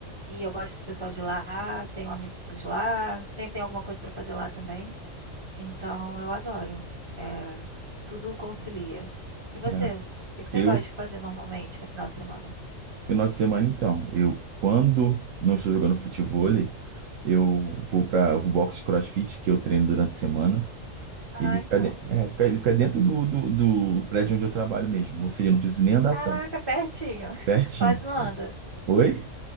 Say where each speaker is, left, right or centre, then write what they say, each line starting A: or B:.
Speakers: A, on the right (about 40°); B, on the right (about 75°).
A: E eu gosto do pessoal de lá, tenho amigos lá. Sempre tem alguma coisa pra fazer lá também. Então, eu adoro. É, tudo concilia. E
B: É,
A: você? O que que você
B: eu
A: gosta de fazer normalmente, no final de semana?
B: Final de semana, então, eu quando não estou jogando futevôlei, eu vou para o box de CrossFit que eu treino durante a semana.
A: Ah,
B: Ele
A: então.
B: fica, de- é, fica- ele fica dentro do, do, do prédio onde eu trabalho mesmo, ou seja, eu não preciso nem andar
A: Caraca,
B: tanto,
A: pertinho. <laughs>
B: pertinho.
A: Quase não anda.
B: Oi?